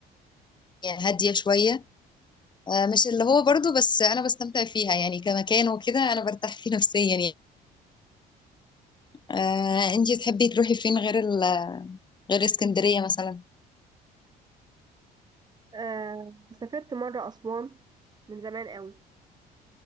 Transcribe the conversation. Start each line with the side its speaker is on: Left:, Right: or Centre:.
Left: يعني هاديه شويه آه مش اللي هو برضو بس انا بستمتع فيها يعني كمكان وكده انا برتاح فيه <laughs> نفسيا يعني آه انتي تحبي تروحي فين غير ال... غير اسكندريه مثلا
Right: آه سافرت مره اسوان من زمان قوي